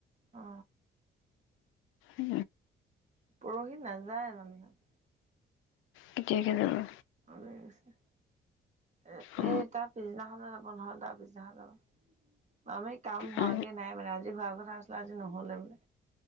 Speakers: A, on the right; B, on the left.
A: অ
B: উ
A: পৰহি নাযায় মামিহত
B: কেতিয়াকে যাবা
A: হৈ আছে এ
B: অ
A: এ তাৰ পিছদিনাখনৰ <unintelligible> পিছদিনাখন যাব আমি কাম হোৱাগে
B: অ
A: নাই মানে আজি হোৱা আগত কথা চলা আজি নহ'লে বোলে।